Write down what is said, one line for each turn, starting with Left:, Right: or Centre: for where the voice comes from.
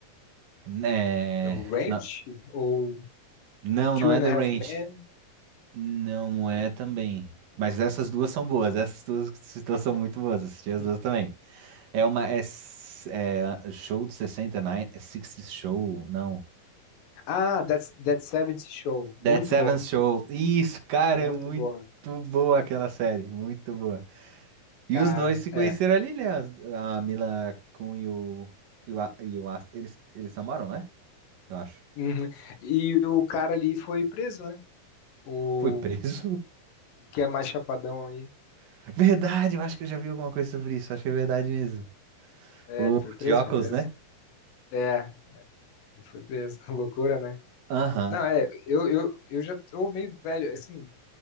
Right: É...
Left: O Ranch
Right: na-
Left: ou
Right: Não,
Left: Two
Right: não é
Left: and
Right: The
Left: a Half
Right: Ranch.
Left: Men.
Right: Não é também. Mas essas duas são boas. Essas duas situações são muito boas. Assisti as
Left: Hum.
Right: duas também. É uma. É, s- é show do 69. É 60 Show? Não.
Left: Ah, That's, That 70 Show. Muito
Right: That Seventh
Left: bom.
Right: Show. Isso, cara,
Left: Muito
Right: é muito
Left: boa.
Right: boa aquela série. Muito boa. E
Left: Cara,
Right: os dois se
Left: é.
Right: conheceram ali, né? As- A Mila Kun e o. E o, A- e o As- eles, eles namoram, né? Eu acho.
Left: Uhum. E o cara ali foi preso, né? O
Right: Foi preso?
Left: que é mais chapadão aí.
Right: <laughs> Verdade, eu acho que eu já vi alguma coisa sobre isso. Acho que é verdade mesmo.
Left: É,
Right: O
Left: ele foi preso,
Right: de óculos,
Left: foi preso.
Right: né?
Left: É, ele foi preso. <laughs> Loucura, né?
Right: Aham.
Left: Não, é, eu, eu, eu já tô meio velho, assim,